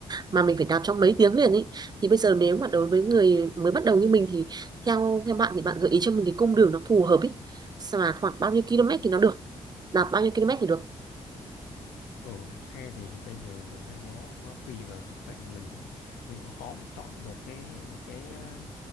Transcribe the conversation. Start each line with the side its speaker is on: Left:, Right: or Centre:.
Right: mà mình phải đạp trong mấy tiếng liền ấy. Thì bây giờ nếu mà đối với người mới bắt đầu như mình thì theo theo bạn thì bạn gợi ý cho mình cái cung đường nó phù hợp ấy. Sao Mà khoảng bao nhiêu km thì nó được? Đạp bao nhiêu km thì được?
Left: ừ, đạp xe thì bây giờ thực ra nó nó tùy vào sức khỏe của mình ý. mình cũng khó mà chọn được cái một cái, à,